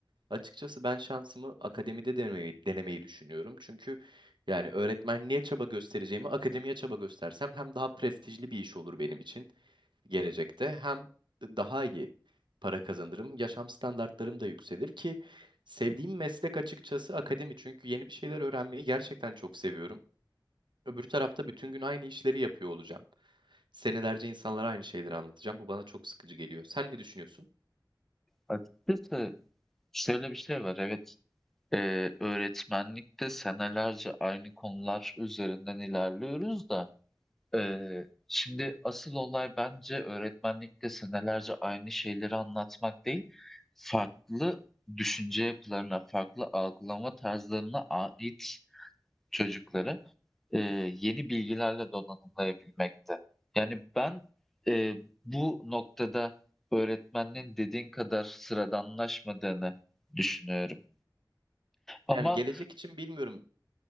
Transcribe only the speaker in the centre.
Açıkçası şöyle bir şey var. Evet, eee, öğretmenlikte senelerce aynı konular üzerinden ilerliyoruz da eee, şimdi asıl olay bence öğretmenlikte senelerce aynı şeyleri anlatmak değil, farklı düşünce yapılarına, farklı algılama tarzlarına ait çocukları e, yeni bilgilerle donanımlayabilmekte. Yani ben e, bu noktada öğretmenin dediğin kadar sıradanlaşmadığını düşünüyorum. Ama